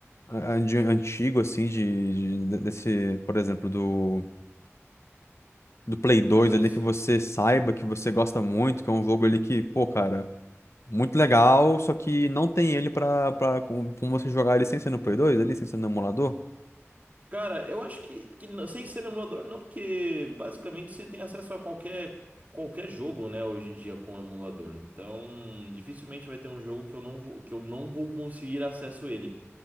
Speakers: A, on the left; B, on the right.
A: a- de antigo, assim, de, de- desse, por exemplo, do, do Play
B: Do
A: 2
B: Play 2?
A: ali que você saiba, que você gosta muito, que é um jogo ali que, pô, cara. Muito legal, só que não tem ele pra, pra como, como você jogar ele sem ser no Play 2, ele sem ser no emulador?
B: Cara, eu acho que, que não- sem ser emulador, não, porque basicamente você tem acesso a qualquer, qualquer jogo, né, hoje em dia com emulador. Então, dificilmente vai ter um jogo que eu não vou, que eu não vou conseguir acesso a ele.